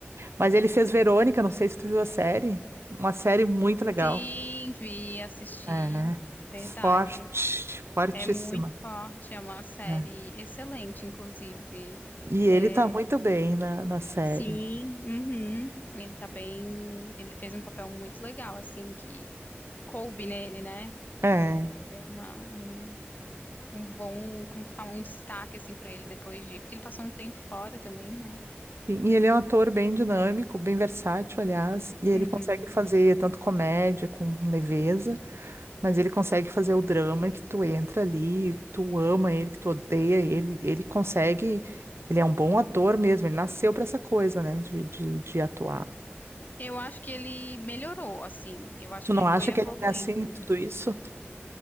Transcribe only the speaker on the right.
Mas ele fez Verônica, não sei se tu viu a série. Uma série muito legal.
É. Forte,
fortíssima.
né?
E ele
tá muito bem na, na série.
É.
E e ele é um ator bem dinâmico, bem versátil, aliás, e ele
consegue fazer tanto comédia com leveza, mas ele consegue fazer o drama que tu entra ali, que tu ama ele, que tu odeia ele, ele consegue, ele é um bom ator mesmo, ele nasceu pra essa coisa, né, de, de, de atuar.
Tu
não
acha
que ele é assim, em tudo isso?